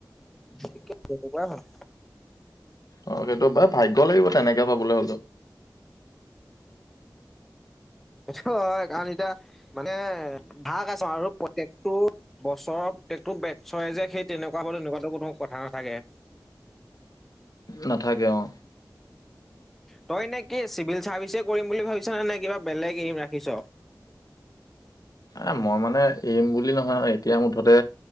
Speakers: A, in the centre; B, on the left.
A: ঠিকে তেনেকুৱাই ভাল।
B: অ' সেইটো ব ভাগ্য লাগিব তেনেকে পাবলৈ হলেও
A: টো হয় কাৰণ এতিয়া। মানে আগ আৰু প্ৰত্যেকটো। বছৰ প্ৰত্যেকটো বচৰে যে সেই তেনেকুৱা হলে তেনেকুৱাতো কোনো কথা নাথাকে
B: নাথাকে অ'
A: তই নে কি চিভিল চাৰ্ভিচ কৰিম বুলি ভাবিছ নে নে কিবা বেলেগ ৰাখিছ।
B: এ মই মানে এৰিম বুলি নহয় আৰু এতিয়া মুঠতে